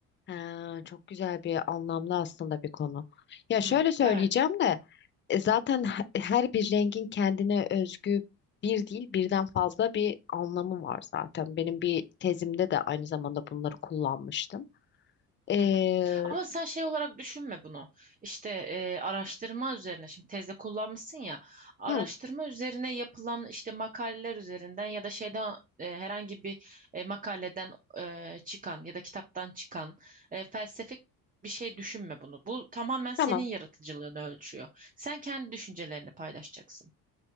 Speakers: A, on the left (about 25°); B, on the right (about 20°).
A: Ha, çok güzel bir anlamlı aslında bir konu. Ya şöyle
B: Hmm,
A: söyleyeceğim
B: evet.
A: de e, zaten he- her bir rengin kendine özgü bir değil birden fazla bir anlamı var zaten. Benim bir tezimde de aynı zamanda bunları kullanmıştım. Ee,
B: Hı hı. Ama sen şey olarak düşünme bunu. İşte e, araştırma üzerine şimdi tezde kullanmışsın ya araştırma
A: hı,
B: üzerine yapılan işte makaleler üzerinden ya da şeyden e, herhangi bir e, makaleden e, çıkan ya da kitaptan çıkan e, felsefik bir şey düşünme bunu. Bu tamamen senin
A: tamam.
B: yaratıcılığını ölçüyor. Sen kendi düşüncelerini paylaşacaksın.